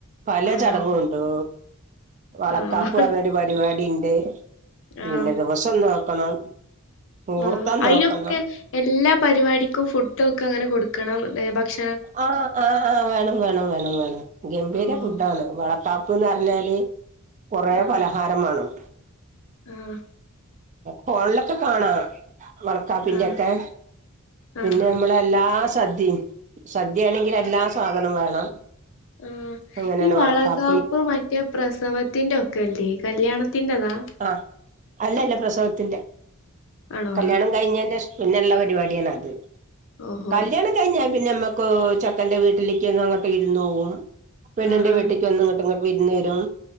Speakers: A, on the right; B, on the left.
A: പല
B: ആണോ
A: ചടങ്ങു ന്തോ വളക്കാപ്പ്
B: ആഹ്
A: അർഞ്ഞൊരു പരിപാടിണ്ട്. പിന്നെ
B: ആഹ്
A: ദിവസം നോക്കണം. മുഹൂർത്തം
B: ഉം അയ്നൊക്കെ
A: നോക്കണം
B: എല്ലാ പരിപാടിക്കും ഫുഡൊക്കെങ്ങനെ കൊടുക്കണം ഏ ഭക്ഷ
A: ആഹ് ആഹാ വേണം വേണം വേണം വേണം ഗംഭീര
B: ഓഹ്
A: ഫുഡാണ്. വളക്കാപ്പ്ന്നർഞ്ഞാല് കൊറെ
B: ആഹ്
A: പലഹാരം മാണം.
B: ആഹ്.
A: ഫോൺലൊക്കെ കാണാ. വളക്കാപ്പിന്റെക്കെ
B: ആഹ് ആഹ്
A: പിന്നെ മ്മളെ എല്ലാ സദ്യിം. സദ്യേണെങ്കിലെല്ലാ സാധനം വേണം.
B: ഉം
A: അങ്ങനെയാണ്
B: ഈ വളകാപ്പ്
A: വളക്കാപ്പ്
B: മറ്റ റ്റ പ്രസവത്തിന്റെ ഒക്കെല്ലേ കല്യാണത്തിന്റെതാ.
A: ആഹ് അല്ലല്ല പ്രസവത്തിന്റെ
B: ആണോ
A: കല്ല്യാണം കഴിഞ്ഞന്റെഷ പിന്നെള്ള പരിപിട്യാണത്
B: ഓഹോ
A: കല്യാണം. കയ്ഞ്ഞ പിന്നെമ്മുക്കു ചെക്കന്റെ വീട്ടിലേക്ക് ഒന്ന് അങ്ങട്ട് വിരുന്നോവും പെണ്ണിന്റെ
B: ആഹ് ആഹ്
A: വീട്ടിക്കൊന്ന്ങ്ങ ങ്ങട്ട് വിര്ന്നരും